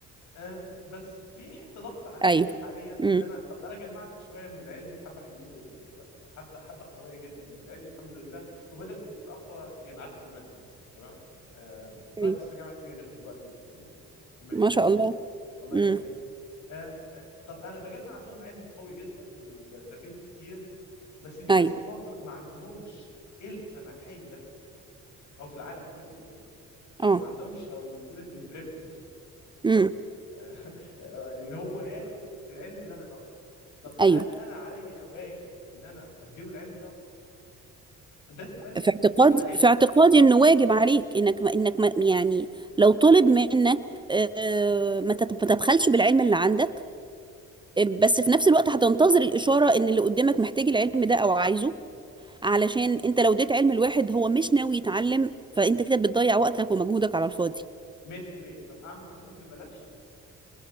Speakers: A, on the left (about 70°); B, on the right (about 15°).
A: آه، بس في حته ضغط عليا
B: ايوه
A: حاليا
B: امم
A: اللي انا طب انا جمعت شويه من العلم حبه حلوين جدا دلوقتي يعني حبه حبه قويه جدا من العلم الحمد لله وبدرس من في اقوى جامعات في المانيا تمام آه، بدرس
B: تمام.
A: في جامعه ميونخ دلوقتي في الماجستير
B: ما شاء
A: بتاعي
B: الله
A: الله يكرمك
B: امم
A: آه، آه، طب انا بجمع عندهم علم قوي جدا وبستفيد كتير بس في
B: ايوه
A: ناس في مصر ما عندهمش السماحيه او في العالم كله يعني
B: اه
A: آه، ما عندهمش او بتقول البريفليج
B: امم
A: <laughs> اللي هو ياخد العلم اللي انا باخده طب
B: ايوه
A: هل انا عليا واجب ان انا اديله العلم دوت ده سؤال
B: في اعتقادي
A: اللي تعبني
B: في اعتقادي انه واجب عليك انك ما انك ما يعني لو طلب منك آه، ما تت- ما تبخلش بالعلم اللي عندك بس في نفس الوقت هتنتظر الإشارة إن اللي قدامك محتاج العلم ده أو عايزه علشان أنت لو اديت علم لواحد هو مش ناوي يتعلم فأنت كده بتضيع وقتك ومجهودك على الفاضي
A: 100% طب اعمل كورسات ببلاش